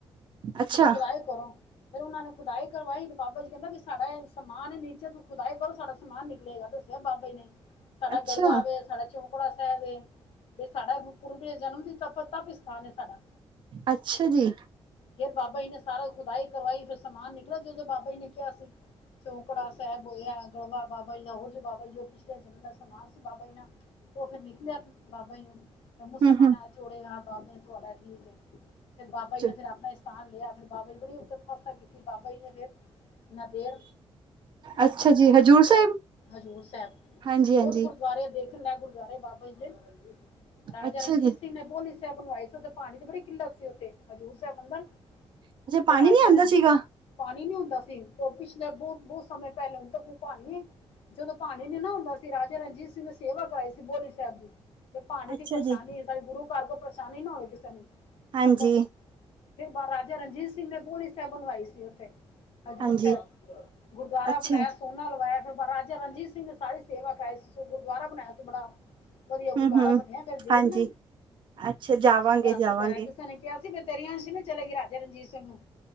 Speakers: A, on the right; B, on the left.
A: ਅੱਛਾ
B: ਸੁਖ ਵਾਹੀ ਹੀ ਕਰੋ ਫੇਿਰ ਉਹਨਾ ਨੇ ਖੁਦਾਈ ਕਰਵਾਈ। ਬਾਬਾ ਜੀ ਕਹਿੰਦਾ ਵੀ ਸਾਡਾ ਇਹ ਸਮਾਨ ਨੀਚੇ ਤੂੰ ਖੁਦਾਈ ਕਰੋ ਸਾਡਾ ਸਮਾਨ ਨਿਕਲੇਗਾ। ਦ ਬਾਬੇ ਨੇ, ਸਾਡਾ
A: ਅੱਛਾ
B: ਗੜਵਾਵੇ। ਸਾਡਾ ਚੌਕੜਾ ਸਾਹਿਬ ਏ, ਤੇ ਸਾਡਾ ਗੁਰੂ ਦੇ ਜਨਮ ਤ ਤਪ ਸਥਾਨ ਸਾਡਾ।
A: ਅੱਛਾ ਜੀ।
B: ਫਿਰ ਬਾਬਾ ਜੀ ਨੇ ਸਾਰਾ ਖੁਦਾਈ ਕਰਵਾਈ ਫਿਰ ਸਮਾਨ ਨਿਕਲ ਜੋ ਜੋ ਬਾਬਾ ਜੀ ਨੇ ਕਿਹਾ ਸੀ। ਚੌਕੜਾ ਸਾਹਿਬ ਹੋਇਆ, ਗੜਵਾ ਬਾਬਾ ਜੀ ਦਾ ਹੋਰ ਬਾਬਾ ਜੀ ਪਿਛਲੇ ਜਨਮ ਦਾ ਸਮਾਨ ਸੀ ਬਾਬਾ ਜੀ ਦਾ ਉਹ ਫੇਰ ਨਿਕਲਿਆ ਬਾਬਾ ਨੂੰ, ਮੁਸਮਾਨ
A: ਹਮ
B: ਹੱਥ ਜੋੜੇ ਆਹ ਬਾਬੇ ਤੁਹਾਡਾ ਠੀਕ ਐ। ਫਿਰ ਬਾਬ
A: ਹਮ
B: ਜੀ ਨੇ ਫਿਰ ਆਪਣਾ ਸਥਾਨ ਲਿਆ ਫਿਰ ਬਾਬਾ ਜੀ ਬੜੀ ਤਪੱਸਿਆ ਕੀਤੀ ਬਾਬਾ ਜੀ ਨੇ ਫਿਰ ਨੰਦੇੜ।
A: ਅੱਛਾ ਜੀ, ਹਜ਼ੂਰ ਸਾਹਿਬ।
B: ਹਜ਼ੂਰ ਸਾਹਿਬ,
A: ਹਾਂਜੀ
B: ਬੋਤ
A: ਹਾਂਜੀ
B: ਗੁਰ ਗੁਰਦੁਆਰੇ ਦੇਖਣ ਲੈ, ਗੁਰਦੁਆਰੇ ਬਾਬਾ ਜੀ ਦੇ, ਰਾਜਾ
A: ਅੱਛਾ
B: ਰਣਜੀਤ
A: ਜੀ
B: ਸਿੰਘ ਨੇ ਬੋਲੀ ਬਣਵਾਏ ਸੀ, ਉਥੇ ਪਾਣੀ ਦੀ ਬੜੀ ਕਿੱਲਤ ਸੀ ਉੱਥੇ। ਹਜ਼ੂਰ ਸਾਹਿਬ ਬੰਦਨ
A: ਅੱਛਾ ਪਾਣੀ
B: ਤੇ ਰਾਜੇ
A: ਨੀ ਆਉਂਦਾ
B: ਰਣਜੀਤ
A: ਸੀਗਾ
B: ਸਿੰਘ ਪਾਣੀ ਨੀ ਹੁੰਦਾ ਸੀ। ਉਹ ਪਿਛਲੇ ਬਹੁਤ ਬਹੁਤ ਸਮੇਂ ਪਹਿਲੇ ਹੁਣ ਤੱਕ ਉਹ ਪਾਣੀ ਜਦੋਂ ਪਾਾਣੀ ਨੀ ਨਾ ਹੁੰਦਾ ਸੀ। ਰਾਜਾ ਰਣਜੀਤ ਸਿੰਘ ਨੇ ਸੇਵਾ ਕਰਾਈ ਬੋਲੀ ਸਾਹਿਬ ਦੀ ਤੇ ਪਾਣੀ
A: ਅੱਛਾ
B: ਦੀ ਪਰੇਸ਼ਾਨੀ
A: ਜੀ
B: ਸਾਡੇ ਗੁਰੂ ਘਰ ਕੋਲ ਪਰੇਸ਼ਾਨੀ ਨਾ ਹੋਵੇ ਕਿਸੇ ਨੂੰ
A: ਹਾਂਜੀ
B: ਸੰਗਤ ਨੂੰ ਫਿਰ ਰਾਜਾ ਰਣਜੀਤ ਸਿੰਘ ਨੇ ਭੋਲੀ ਸਾਹਿਬ ਬਣਵਾਈ ਸੀ ਉੱਥੇ। ਹਜ਼ੂਰ
A: ਹਾਂਜੀ
B: ਸਾਹਿਬ, ਗੁਰਦੁਆਰਾ
A: ਅੱਛਾ
B: ਬਣਾਇਆ, ਸੋਨਾ ਲਵਾਇਆ ਫਿਰ ਰਾਜਾ ਰਣਜੀਤ ਸਿੰਘ ਨੇ ਸਾਰੀ ਸੇਵਾ ਕਰਾਈ ਸੀ। ਗੁਰਦੁਆਰਾ ਬਣਾਇਆ ਸੀ ਬੜਾ ਵਧੀਆ ਗੁਰਦੁਆਰਾ
A: ਹੂੰ ਹੂੰ
B: ਬੰਨਿਆ, ਕਦੇ ਦੇਖ
A: ਹਾਂਜੀ
B: ਨਾ
A: ਅੱਛਾ ਜਾਵਾਂਗੇ
B: <unintelligible>
A: ਜਾਵਾਂਗੇ
B: ਕਿਸੇ ਨੇ ਕਿਹਾ ਬ ਤੇਰੀਆਂਸ਼ ਨੂੰ ਚਲੇ ਗਈ ਰਾਜੇ ਰਣਜੀਤ ਸਿੰਘ ਨੂੰ